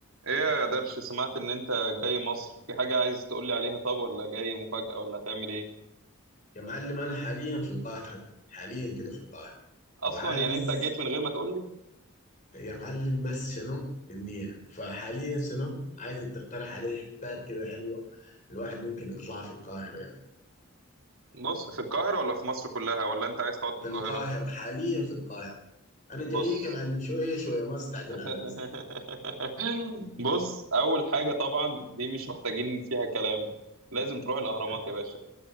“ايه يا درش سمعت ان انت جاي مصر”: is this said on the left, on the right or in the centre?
Right